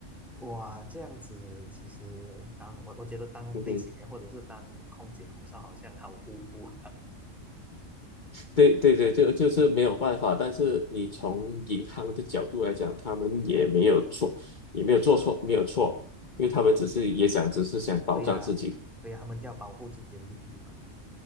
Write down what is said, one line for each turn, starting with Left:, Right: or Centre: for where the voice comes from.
Centre: 哇，这样子其实当我我觉得当飞行员或者是当空姐空少好像好无辜，
Left: 嗯哼对对对，就就是没有办法。但是你从银行的角度来讲，他们也没有错，也没有做错，没有错，因为他们只是也想，
Centre: <laughs>
Left: 只是想保障自己。
Centre: 对呀，对呀，他们就要保护自己的利益嘛。